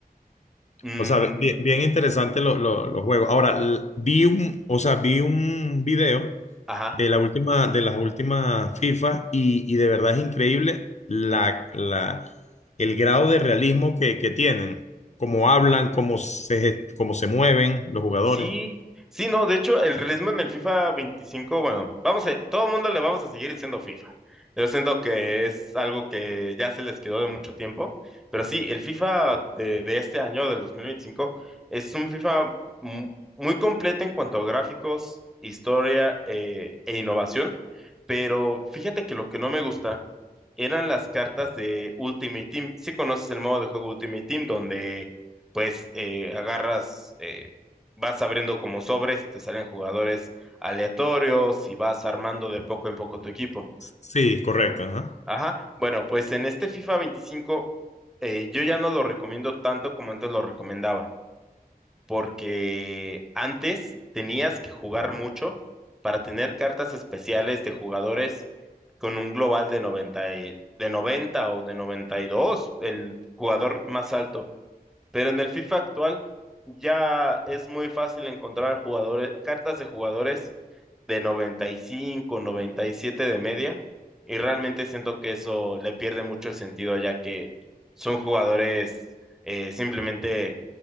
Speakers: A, in the centre; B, on the left.
A: Mm,
B: O sea, bien, bien interesante lo- lo- los juegos. Ahora, l- vi un, o sea, vi un video
A: ajá.
B: de la última, de las últimas FIFA y, y de verdad es increíble la, la- el grado de realismo que, que tienen, cómo hablan, cómo se, gest- cómo se mueven los jugadores.
A: Sí, sí, no, de hecho, el realismo en el FIFA veinticinco, bueno, vamos a, todo el mundo le vamos a seguir diciendo FIFA. Yo siento que es algo que ya se les quedó de mucho tiempo, pero sí, el FIFA de, de este año, del 2025, es un FIFA mu- muy completo en cuanto a gráficos, historia eh, e innovación, pero fíjate que lo que no me gusta eran las cartas de Ultimate Team. Si conoces el modo de juego Ultimate Team, donde pues eh, agarras, eh, vas abriendo como sobres y te salen jugadores aleatorios y vas armando de poco en poco tu equipo.
B: Sí, correcto, ajá.
A: Ajá, bueno, pues en este FIFA veinticinco eh, yo ya no lo recomiendo tanto como antes lo recomendaba porque antes tenías que jugar mucho para tener cartas especiales de jugadores con un global de noventa y- de 90 o de 92, el jugador más alto. Pero en el FIFA actual ya es muy fácil encontrar jugadores, cartas de jugadores de noventa noventa y cinco noventa y siete de media. Y realmente siento que eso le pierde mucho el sentido, ya que son jugadores eh, simplemente